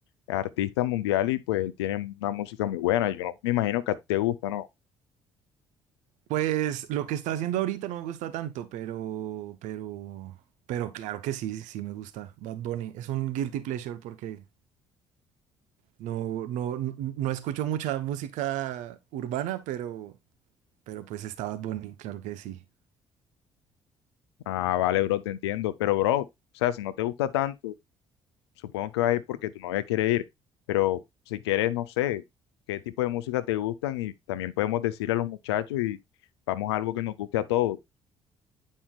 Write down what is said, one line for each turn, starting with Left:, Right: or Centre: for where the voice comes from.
Left: artista mundial y pues él tiene una música muy buena. Yo no, me imagino que a ti te gusta, ¿no?
Right: Pues lo que está haciendo ahorita no me gusta tanto, pero, pero, pero claro que sí, sí me gusta. Bad Bunny es un guilty pleasure porque no, no, no no escucho mucha música urbana, pero Pero pues está Bad Bunny, claro que sí.
Left: Ah, vale, bro, te entiendo. Pero, bro, o sea, si no te gusta tanto, supongo que vas a ir porque tu novia quiere ir. Pero si quieres, no sé, qué tipo de música te gustan y también podemos decir a los muchachos y vamos a algo que nos guste a todos.